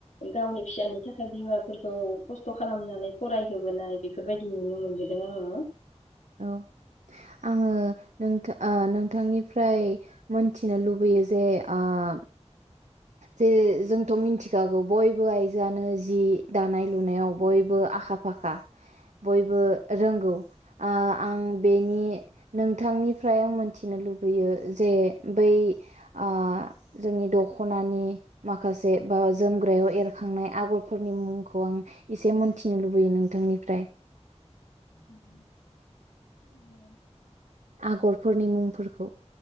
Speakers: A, on the left; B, on the right.
A: गावनि फिसानि थाखाय बिमाफोरखौ खस्थ' खालामनानै फरायहोबोनाय बेफोरबायदि नुनो मोनबोदों आङो।
B: औ आङो नोंथा ओ नोंथांनि फ फ्राय मोनथिनो लुबैयो जे आम जे जोंथ' मिन्थिखागौ बयबो आइजोआनो जि दानाय लुनायाव बयबो आखा फाखा बयबो रोंगौ। ओ आं बेनि नोंथांनिफ्राय आं मोनथिनो लुबैयो जे बै आ जोंनि दख'नानि माखासे बा जोमग्रायाव एरखांनाय आगरफोरनि मुंखौ आं एसे मोनथिनो लुबैयो नोंथांनिफ्राय
A: उम‌ ओ उम ओ
B: आगरफोरनि मुंफोरखौ